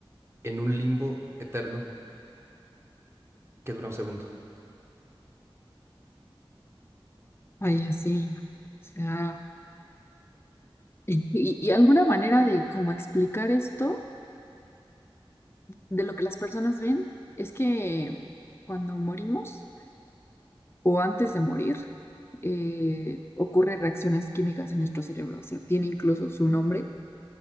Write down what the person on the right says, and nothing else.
en un limbo eterno que dura un segundo.